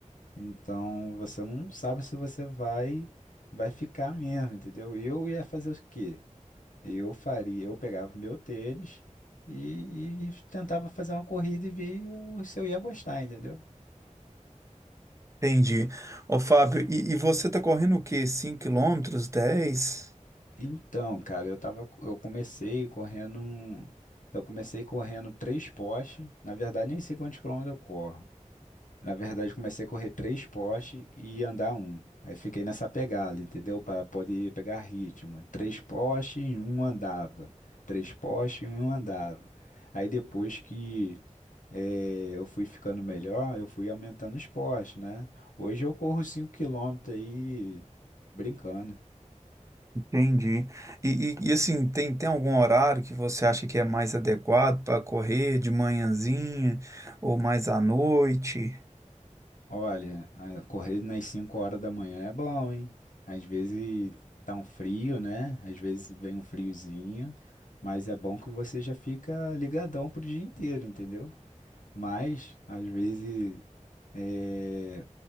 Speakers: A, on the left; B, on the right.
A: Então você não sabe se você vai vai ficar mesmo, entendeu? Eu ia fazer o quê? Eu faria, eu pegava meu tênis e, e tentava fazer uma corrida e ver o- se eu ia gostar, entendeu?
B: Entendi. Ô, Fábio, e, e você tá correndo o quê? 5 quilômetros, 10?
A: Então, cara, eu tava, eu comecei correndo, um- eu comecei correndo três postes. Na verdade, nem sei quantos quilômetros eu corro. Na verdade, comecei a correr três postes e andar um. Aí fiquei nessa pegada, entendeu? Para poder pegar ritmo. Três postes e um andava. Três postes e um andava. Aí depois que eh, eu fui ficando melhor, eu fui aumentando os postes, né? Hoje eu corro 5 quilômetros aí brincando.
B: Entendi. E, e- e, assim, tem, tem algum horário que você acha que é mais adequado para correr de manhãzinha ou mais à noite?
A: Olha, a- correr nas 5 horas da manhã é bom, hein? Às vezes tá um frio, né? Às vezes vem um friozinho, mas é bom que você já fica ligadão pro dia inteiro, entendeu? Mas, às vezes, é,